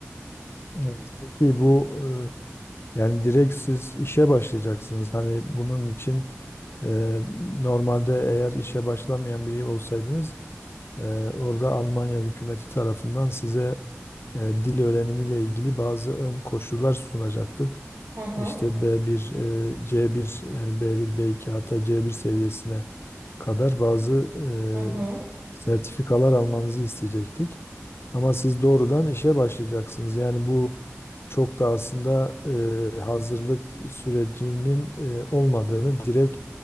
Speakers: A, on the left; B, on the right.
A: Evet, peki bu e, yani direkt siz işe başlayacaksınız. Hani bunun için e, normalde eğer işe başlamayan biri olsaydınız e, orada Almanya hükümeti tarafından size e, dil öğrenimiyle ilgili bazı ön koşullar sunacaktık.
B: Hı hı,
A: İşte B1, e, C1 yani B1, B2 hatta C1 seviyesine kadar bazı
B: hı hı.
A: e, sertifikalar almanızı isteyecektik. Ama siz doğrudan işe başlayacaksınız. Yani bu çok da aslında e, hazırlık sürecinin e, olmadığını direkt